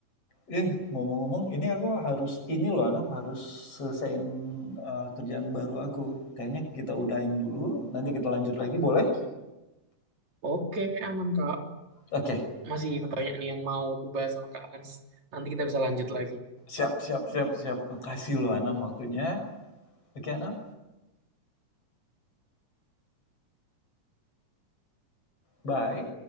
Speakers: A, on the left; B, on the right.
A: Eh, ngomong-ngomong ini aku harus ini loh Anam, harus selesaiin eee, kerjaan baru aku. Kayaknya kita udahin dulu, nanti kita lanjut lagi boleh?
B: oke aman kak
A: Oke.
B: masih banyak nih yang mau ku sama kak Hans nanti kita bisa lanjut lagi
A: Siap, siap, siap, siap. Makasih loh Anam waktunya. Oke Anam, bye.